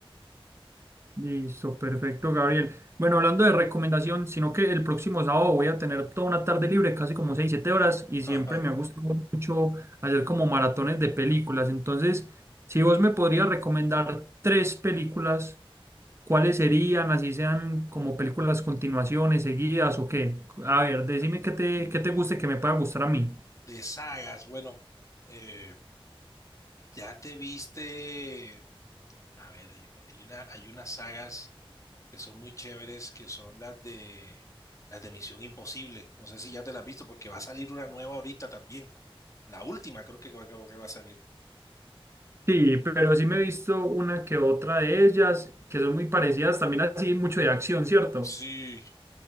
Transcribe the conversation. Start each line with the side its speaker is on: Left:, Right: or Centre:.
Right: Listo, perfecto, Gabriel. Bueno, hablando de recomendación, sino que el próximo sábado voy a tener toda una tarde libre, casi como 6 7 horas, y
Left: <laughs>
Right: siempre me ha gustado mucho hacer como maratones de películas. Entonces, si vos me podrías recomendar tres películas, ¿cuáles serían? Así sean como películas continuaciones, seguidas o qué. A ver, decime qué te, qué te guste, que me pueda gustar a mí.
Left: De sagas, bueno, eh, ya te viste. A ver, hay hay una, hay unas sagas que son muy chéveres, que son las de las de Misión Imposible. No sé si ya te las has visto, porque va a salir una nueva ahorita también. La última creo que va, que va a salir.
Right: Sí, pero sí me he visto una que otra de ellas, que son muy parecidas, también así mucho de acción, ¿cierto?
Left: Sí,